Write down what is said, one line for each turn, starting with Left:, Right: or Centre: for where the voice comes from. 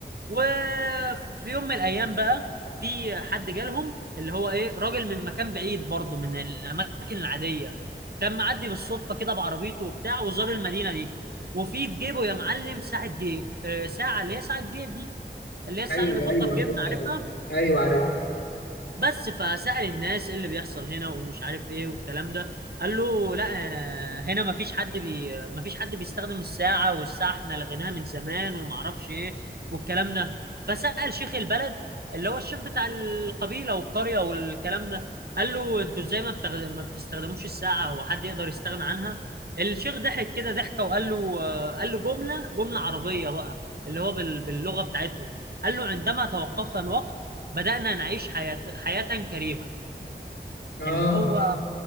Right: وفي يوم من الايام بقى في حد جالهم اللي هو ايه راجل من مكان بعيد برضه من الاماكن العاديه كان معدي بالصدفه كده بعربيته وبتاع وزار المدينه دي وفي في جيبه يا معلم ساعه جيب آه، ساعه اللي هي ساعه جيب دي اللي هي الساعه
Left: ايوه
Right: اللي بنحطها
Left: ايوه
Right: في
Left: عرفتها
Right: جيبنا عارفها
Left: دي ايوه عارف
Right: بس فسأل الناس ايه اللي بيحصل هنا ومش عارف ايه والكلام ده قال له لا آه، هنا مفيش حد بي مفيش حد بيستخدم الساعة والساعة احنا لغيناها من زمان ومعرفش ايه والكلام ده فسأل شيخ البلد اللي هو الشيخ بتاع القبيلة والقرية والكلام ده قال له انتوا ازاي ما, بتغ... ما بتستخدموش الساعة هو حد يقدر يستغنى عنها الشيخ ضحك كده ضحكة وقال له آه، قال له جملة جملة عربية بقى اللي هو بال... باللغة بتاعتهم قال له عندما توقف الوقت بدأنا نعيش حياة حياة كريمة
Left: اه
Right: اللي هو